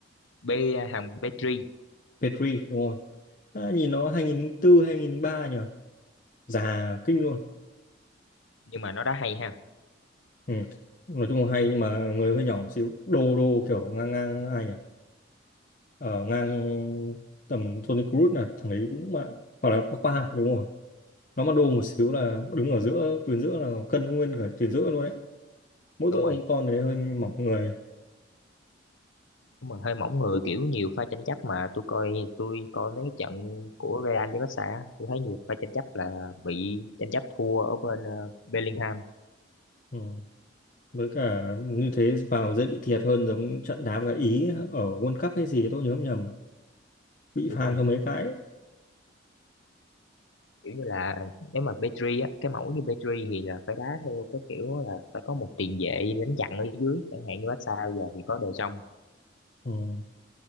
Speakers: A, on the left (about 80°); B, on the left (about 45°).
A: B ờ, thằng Petri
B: Pedri đúng rồi à, nhìn nó 2004 ba nhỉ già kinh luôn
A: nhưng mà nó đá hay ha
B: ừ. nói chung là hay nhưng mà người hơi nhỏ một xíu đô đô kiểu ngang ngang ai nhỉ ở ngang tầm Toni Kroos là thằng đấy đúng mà hoặc là Pogba đúng rồi nó mà đô
A: đúng
B: một
A: rồi.
B: xíu là đứng ở giữa tuyến giữa là cân nguyên cả tuyến giữa luôn đấy mỗi
A: đúng
B: tội ông
A: rồi
B: con đấy hơi mỏng người
A: đúng rồi hơi mỏng người kiểu nhiều pha tranh chấp mà tôi coi tôi coi mấy cái trận của Real với Barca á, tôi thấy nhiều pha tranh chấp là bị tranh chấp thua ở bên ờ, Bellingham
B: ừ. với cả như thế vào dễ bị thiệt hơn giống trận đá với cả Ý ở World Cup hay gì tôi nhớ không nhầm bị
A: đúng
B: phang
A: rồi
B: cho mấy cái ấy.
A: kiểu như là nếu mà Pedri á cái mẫu như Pedri thì là phải đá theo cái kiểu là phải có một tiền vệ đánh chặn ở dưới chẳng hạn như Barca bây giờ thì có De Jong
B: ừ.